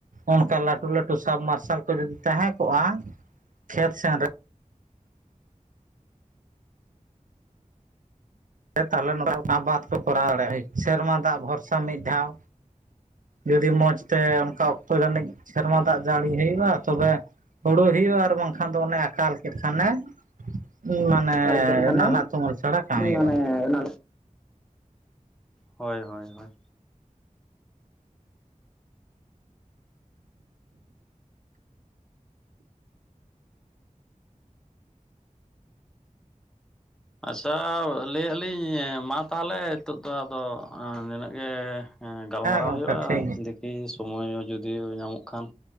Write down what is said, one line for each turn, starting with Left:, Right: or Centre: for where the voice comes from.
Right: ᱚᱱᱠᱟ ᱞᱟᱹᱴᱩ ᱞᱟᱹᱴᱩ ᱥᱟᱵᱢᱟᱨᱥᱟᱞ ᱠᱚ ᱡᱩᱫᱤ ᱛᱟᱦᱮᱸ ᱠᱚᱜᱼᱟ ᱠᱷᱮᱛ ᱥᱮᱱ ᱨᱮ <unintelligible> ᱛᱟᱦᱞᱮ ᱱᱚᱛᱮ ᱦᱟᱛ ᱵᱟᱫ ᱠᱚ ᱠᱚᱨᱟᱣ ᱫᱟᱲᱮᱭᱟᱜᱼᱟ ᱥᱮᱨᱢᱟ ᱫᱟᱜ ᱵᱷᱚᱨᱥᱟ ᱢᱤᱫ ᱫᱷᱟᱣ ᱡᱩᱫᱤ ᱢᱚᱸᱡᱽ ᱛᱮ ᱚᱱᱠᱟ ᱚᱠᱛᱚ ᱡᱟᱹᱱᱤᱡ ᱥᱮᱨᱢᱟ ᱫᱟᱜ ᱡᱟᱹᱲᱤ ᱦᱩᱭᱩᱜᱼᱟ ᱛᱚᱵᱮ ᱦᱩᱲᱩ ᱦᱩᱭᱩᱜᱼᱟ ᱟᱨ ᱵᱟᱝᱠᱷᱟᱱ ᱫᱚ ᱚᱱᱮ ᱟᱠᱟᱞ ᱠᱮᱫ ᱠᱷᱟᱱᱮ ᱩᱸᱱ ᱢᱟ ᱱᱮᱻ
Centre: ᱮᱞ ᱠᱮᱫ ᱠᱷᱟᱱᱮ
Right: ᱱᱟᱞᱦᱟ ᱛᱩᱢᱟᱹᱞ ᱪᱷᱟᱲᱟ ᱠᱟᱢᱤ
Centre: ᱢᱟᱱᱮ
Right: ᱵᱟᱝ
Centre: ᱚᱱᱟ ᱦᱳᱭ ᱦᱳᱭ ᱦᱳᱭ ᱟᱪᱪᱷᱟ ᱞᱟᱹᱭᱮᱜ ᱟᱞᱤᱧ ᱢᱟ ᱛᱟᱦᱚᱞᱮ ᱦᱤᱛᱚᱜ ᱫᱚ ᱟᱫᱚ ᱱᱤᱱᱟᱹᱜ ᱜᱮ᱾ ᱦᱮᱸ ᱜᱟᱞᱢᱟᱨᱟᱣ
Right: ᱜᱚᱝᱠᱮ
Centre: ᱦᱩᱭᱩᱜᱼᱟ
Right: ᱴᱷᱤᱠ ᱜᱮᱭᱟ
Centre: ᱫᱤᱠᱷᱤ ᱥᱚᱢᱚᱭ ᱡᱩᱫᱤ ᱧᱟᱢᱚᱜ ᱠᱷᱟᱱ